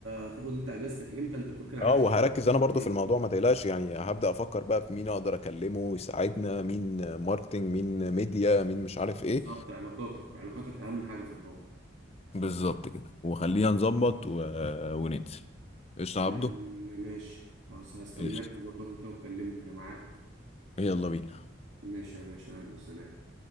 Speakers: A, on the right; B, on the left.
A: هتاخد انت اجازتك امتى انت بتقول كان عليك
B: اه
A: شغل
B: وهركز
A: شغلك
B: انا برضو
A: ايه
B: في الموضوع ما تقلقش يعني هبدأ افكر بقى في مين اقدر اكلمه يساعدنا مين ماركتينج مين ميديا مين مش عارف ايه
A: بالظبط علاقاتك علاقاتك اهم حاجه في الحوار
B: بالظبط كده وخلينا نظبط و... وننزل قشطة يا
A: يعني
B: عبده
A: ماشي خلاص هستناك
B: قشطة
A: تظبط انت وتكلمني انا معاك
B: يلا بينا
A: ماشي يا باشا يلا سلام